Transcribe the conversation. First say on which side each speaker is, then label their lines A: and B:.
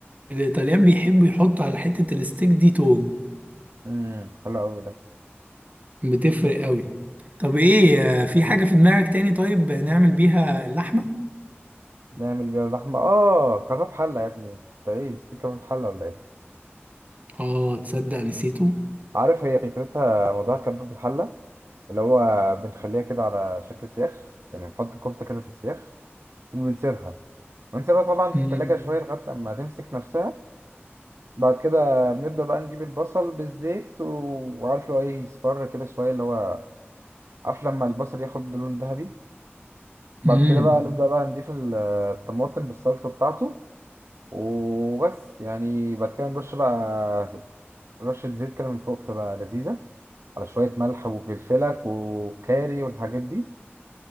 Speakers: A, on the right; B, on the right.
A: الايطاليان بيحبوا يحطوا على حته الستيك دي توم
B: امم حلو قوي ده
A: بتفرق قوي طب ايه آه، في حاجه في دماغك تاني طيب نعمل بيها اللحمه
B: نعمل بيها اللحمه اه كباب حله يا ابني انت ايه نسيت كباب حله ولا ايه
A: اه تصدق نسيته
B: عارف هي فكرتها موضوع كبة الحلة اللي هو بنخليها كده على شكل سياخ يعني بنحط الكفتة كده في السياخ وبنسيبها ونسيبها طبعا في
A: امم
B: التلاجة شوية لغاية لما تمسك نفسها بعد كده بنبدأ بقى نجيب البصل بالزيت و- وعارف اللي هو ايه يصفر كده شوية اللي هو عارف لما البصل ياخد لون ذهبي بعد
A: امم
B: كده بقى نبدأ بقى نضيف ال- الطماطم بالصلصة بتاعته وبس يعني بعد كده نرش بقى رشة زيت كده من فوق تبقى لذيذة على شوية ملح وفلفلك وكاري والحاجات دي